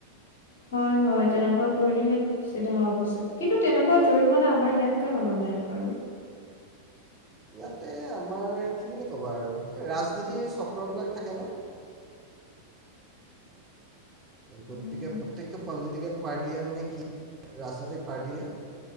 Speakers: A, on the left; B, on the right.
A: হয় হয় তেনেকুৱা কৰিলেহে চিধা হ'ব চাগে। কিন্তু- তেনেকুৱা জৰিমনা আমাৰ ইয়াত কিয় নলগাই। বাৰু
B: ইয়াতে আমাৰ কি বুলি ক'বা আৰু ৰাজনীতিৰ চক্ৰবিলাক থাকে ন'। গতিকে
A: উম
B: প্ৰত্যেকটো পলিটিকেল পাৰ্টীয়ে মানে কি ৰাজনৈতিক পাৰ্টীয়ে